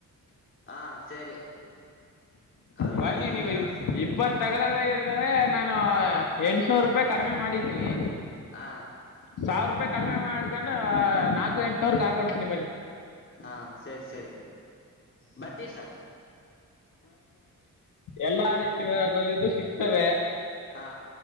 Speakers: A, on the left; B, on the left.
A: ಹಾ ಸರಿ ಕಮ್ಮಿ
B: ಬನ್ನಿ
A: ಮಾಡಿದ್ದೀರಿ
B: ನೀವು
A: ಹ
B: ಇಪ್ಪತ್ತು ತಗೊಳ್ಳೋದಾಗ್ರೆ ನಾನು ಎಂಟುನೂರು ರೂಪಾಯಿ ಕಡಿಮೆ ಮಾಡಿದ್ದೀನಿ
A: ಹ
B: ಸಾವಿರ ರೂಪಾಯಿ ಕಡಿಮೆ ಮಾಡ್ಕೊಂಡು ನಾಲ್ಕು ಎಂಟವರ್ಗೆ ಹಾಕೊಡ್ತೀನಿ ಬನ್ನಿ
A: ಹಾ ಸರಿ ಸರಿ ಬರ್ತೀವಿ ಸರ್
B: ಎಲ್ಲಾ ರೀತಿ ಇದು ಸಿಗ್ತವೆ
A: ಹಾ